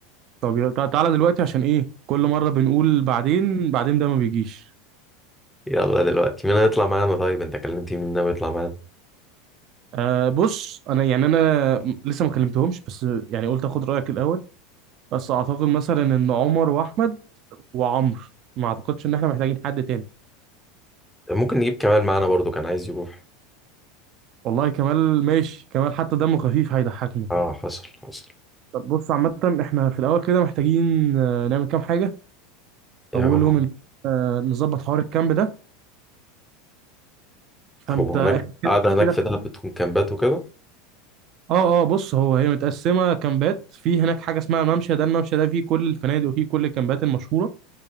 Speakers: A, on the right (about 45°); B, in the centre.
A: طب يلا- تع- تعالى دلوقتي عشان ايه كل مره بنقول بعدين بعدين ده ما بيجيش
B: يلا دلوقتي مين هيطلع معانا طيب انت كلمت مين ناوي يطلع معانا
A: أه بص انا يعني انا م- لسه ما كلمتهمش بس يعني قلت اخد رايك الاول بس اعتقد مثلا ان عمر واحمد وعمرو ما اعتقدش ان احنا محتاجين حد تاني
B: ممكن نجيب كمان معانا برضو كان عايز يروح
A: والله كمال ماشي كمال حتى دمه خفيف هيضحكني
B: اه حصل حصل
A: طب بص عامة احنا في الأول كده محتاجين آه، نعمل كام حاجة
B: ايه
A: أولهم
B: هو
A: إن آه، نظبط حوار الكامب ده فأنت
B: هو هناك
A: احنا
B: <laughs>
A: كده
B: قاعده هناك
A: كده
B: في دهب بتكون كامبات وكده
A: اه اه بص هو هي متقسمة كامبات في هناك حاجة اسمها الممشى ده الممشى ده فيه كل الفنادق وفيه كل الكامبات المشهورة